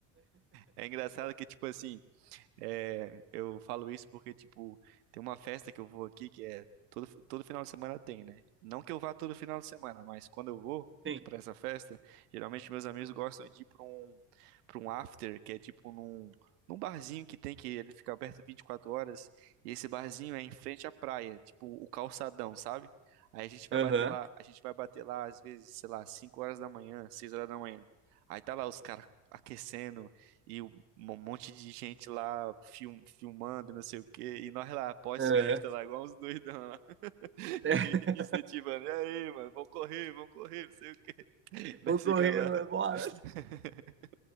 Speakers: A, on the right; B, on the right.
A: É engraçado que, tipo assim, É, eu falo isso porque, tipo, tem uma festa que eu vou aqui que é todo, todo final de semana tem, né? Não que eu vá todo final de semana, mas quando eu vou
B: Sim.
A: pra essa festa, geralmente meus amigos gostam de ir pra um, pra um after, que é tipo num, num barzinho que tem que ele fica aberto 24 horas, e esse barzinho é em frente à praia, tipo o calçadão, sabe? Aí a gente vai
B: Aham.
A: bater lá, a gente vai bater lá às vezes, sei lá, 5 horas da manhã, 6 horas da manhã. Aí tá lá os caras aquecendo, e um monte de gente lá film, filmando, não sei o quê. E nós lá, pós-festa,
B: aham.
A: lá, igual uns doidão lá. <laughs>
B: <laughs>
A: E, incentivando. E aí, mano, vão correr, vão correr, não sei o quê. <laughs> Nós
B: O
A: fica
B: correr,
A: lá.
B: bora.
A: <laughs>